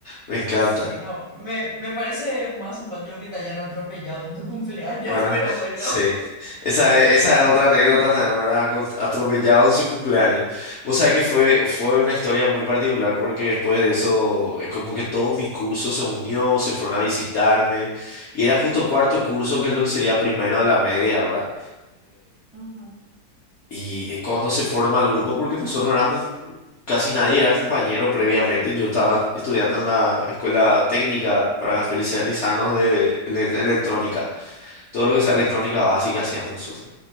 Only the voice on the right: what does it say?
Sí, no, me, me parece más simpático que te hayan atropellado en tu <laughs> cumpleaños,
pero bueno.
<laughs> Ujú,
ujú.